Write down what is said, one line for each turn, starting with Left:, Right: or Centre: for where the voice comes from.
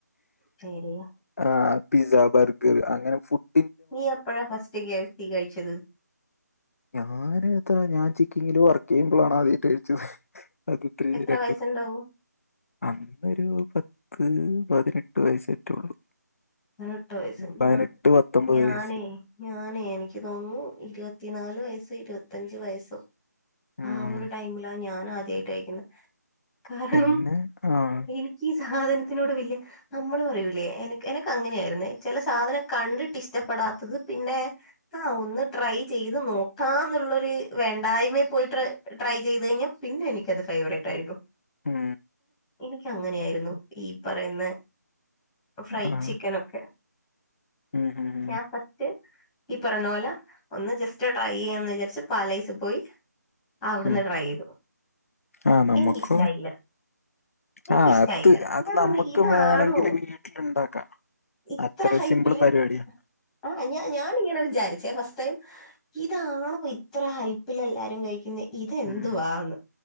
Centre: ശരിയാ
Left: ആഹ് പിസ്സ ബർഗർ അങ്ങനെ ഫുഡ്
Centre: നീ എപ്പഴാ ഫസ്റ്റ് കെ എഫ് സി കഴിച്ചത്
Left: ഞാൻ എത്ര ഞാൻ ചിക്കിങ്ങില് വർക്ക് ചെയ്യുമ്പോളാണ് ആദ്യമായിട്ട് കഴിച്ചത് അത ത്തിരി
Centre: എത്ര
Left: രണ്ടു
Centre: വയസ്സുണ്ടാവും
Left: അന്നൊരു പത്ത് പതിനെട്ട് വയസ്സറ്റേള്ളു
Centre: പതിനെട്ട് വയസ്സ്
Left: പതിനെട്ട്
Centre: ഞാ
Left: പത്തൊമ്പത്
Centre: ഞാനേ
Left: വയസ്സ്
Centre: ഞാനേ എനിക്ക് തോന്നുന്നു ഇരുപത്തിനാല് വയസ്സ ഇരുപത്തയഞ്ച് വയസ്സോ
Left: ഉം
Centre: ആ ഒരു ടൈമിലാ ഞാൻ ആദ്യായിട്ട കഴിക്കുന്ന കാരണം
Left: പിന്നെ ആഹ്
Centre: എനിക്ക് സാധനത്തിനോട് വല്യ നമ്മള് പറയൂലേ എനക്ക് എക്ക് അങ്ങനെയായിരുന്നേ ചില സാധനം കണ്ടിട്ട് ഇഷ്ടപ്പെടാത്തത് പിന്നെ ആ ഒന്ന് ട്രൈ ചെയ്ത് നോക്കാ എന്നുള്ളരു വേണ്ടായ്മ പോയിട്ട് ട്രൈ ചെയ്ത് കഴിഞ്ഞാൽ പിന്നെ എനിക്കത് ഫേവറേറ്റ് ആയിരിക്കും
Left: ഉം
Centre: എനിക്കങ്ങനെയായിരുന്നു ഈ പറയുന്ന ഫ്രൈഡ്
Left: ആഹ്
Centre: ചി ക്കനൊക്കെ
Left: ഉം ഉം ഉം
Centre: ഞാ ഫസ്റ്റ് ഈ പറഞ്ഞ പോലെ ഒന്ന് ജസ്റ്റ് ട്രൈ ചെയ്യന്ന് വിചാരിച്ചു പാലൈസ് പോയി അവിടുന്ന്
Left: ഉം
Centre: ട്രൈ ചെയ്തു
Left: ആഹ് നമക്ക
Centre: എനിക്കിഷ്ടായില്ല എനിക്കിഷ്ടായില്ല
Left: ആഹ് അത് അത്
Centre: ഞാൻ പറഞ്ഞു
Left: നമുക്ക്
Centre: ഇതാണോ
Left: വേണമെങ്കില് വീട്ടിലുണ്ടാക്കാം
Centre: ഇത്ര
Left: അത്ര
Centre: ഹൈപ്പില്
Left: സിമ്പിൾ പരിപാടിയാ
Centre: ആഹ് ഞാ ഞാനിങ്ങനെ വിചാരിച്ചേ ഫസ്റ്റ് ടൈം ഇതാണോ ഇത്ര ഹൈപ്പിൽ എല്ലാരും കഴിക്കുന്ന ഇതെന്തുവാന്ന്
Left: ഉം